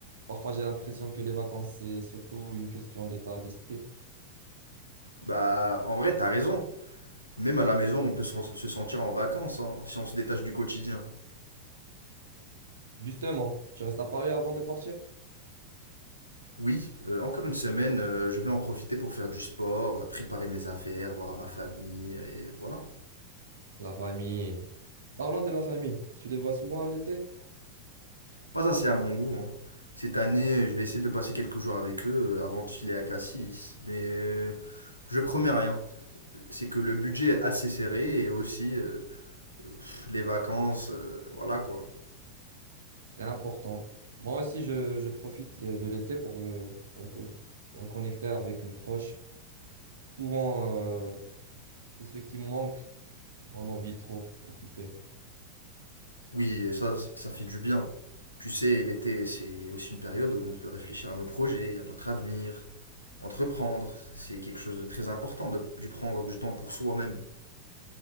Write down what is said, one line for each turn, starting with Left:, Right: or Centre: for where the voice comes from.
Right: Parfois, j'ai l'impression que les vacances, c'est surtout une question d'état d'esprit.
Left: Bah, en vrai, t'as raison. Même à la maison, on peut se se sentir en vacances, hein, si on se détache du quotidien.
Right: Justement, tu restes à Paris avant de partir?
Left: Oui, euh, encore une semaine, euh, je vais en profiter pour faire du sport, euh, préparer mes affaires, voir ma famille, et voilà.
Right: La famille. Parlons de la famille. Tu les vois souvent à l'été?
Left: Pas assez à mon goût, hein. Cette année, je vais essayer de passer quelques jours avec eux euh, avant de filer à Cassis, mais euh, je promets rien. C'est que le budget est assez serré et aussi euh, pff, les vacances, euh, voilà quoi.
Right: C'est important. Moi aussi, je, je profite le- de l'été pour, euh, reco- reconnecter avec mes proches. Souvent, euh, C'est ce qui manque dans nos vies trop occupées.
Left: Oui, et ça, ça fait du bien. Tu sais, l'été, c'est aussi une période où on peut réfléchir à nos projets, à notre avenir, entreprendre. C'est quelque chose de très important de, du prendre du temps pour soi-même.